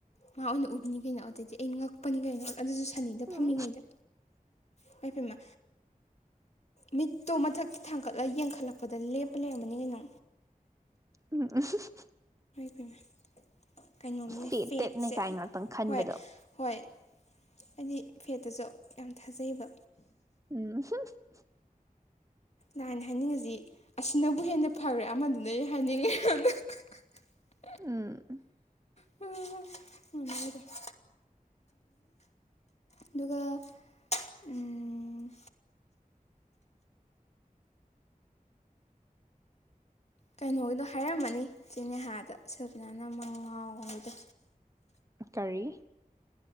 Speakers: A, on the left; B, on the right.
A: ꯃꯥ ꯑꯣꯏꯅ ꯎꯕꯤꯅꯤ ꯀꯩꯅꯣ ꯑꯗꯩꯗꯤ ꯑꯩ ꯉꯛꯄꯅꯤ ꯀꯩꯅꯣ ꯑꯗꯨꯁꯨ ꯁꯟꯅꯤꯗ
B: ꯎꯝ
A: ꯐꯝꯃꯤꯉꯩꯗ ꯏꯃꯥꯏ ꯄꯦꯃꯥ ꯃꯤꯠꯇꯣ ꯃꯊꯛ ꯊꯥꯡꯀꯠꯂ ꯌꯦꯡꯈꯠꯂꯛꯄꯗ ꯂꯦꯞꯄ ꯂꯩꯔꯝꯕꯅꯤ ꯀꯩꯅꯣ
B: ꯎꯝ ꯑꯑ ꯍ-ꯍ-
A: ꯂꯧꯁꯤꯟꯕ ꯉꯝꯗꯕ ꯀꯩꯅꯣꯝꯅꯦ
B: ꯐꯦꯠꯇꯦꯠꯅꯦ
A: ꯐꯦꯠꯁꯦ
B: ꯀꯥꯏ ꯉꯥꯛꯇꯪ ꯈꯟꯕꯗꯣ
A: ꯍꯣꯏ ꯍꯣꯏ ꯍꯥꯏꯗꯤ ꯐꯦꯠꯇꯁꯨ ꯌꯥꯝ ꯊꯥꯖꯩꯑꯕ
B: ꯎꯝ ꯍꯨꯡ-ꯍꯨꯡ-
A: ꯂꯥꯏꯅ ꯍꯥꯏꯅꯤꯡꯉꯤꯁꯤ ꯑꯁꯤꯅꯕꯨ ꯍꯦꯟꯅ ꯐꯈ꯭ꯔꯦ ꯑꯃꯗꯨꯅ ꯍꯥꯏꯅꯤꯡꯉꯦ ꯍꯥꯟꯅ ꯍ-ꯍ-
B: ꯎꯝ
A: ꯂꯧꯁꯤꯟꯕ ꯉꯝꯗꯕ ꯑꯗꯨꯒ ꯎꯝ ꯀꯩꯅꯣꯒꯤꯗꯣ ꯍꯥꯏꯔꯝꯃꯅꯤ ꯆꯦꯅꯦꯍꯥꯗ ꯁꯦꯜꯐꯤꯅꯥꯅ ꯃꯥ ꯉꯥꯎꯕꯗꯣ
B: ꯀꯔꯤ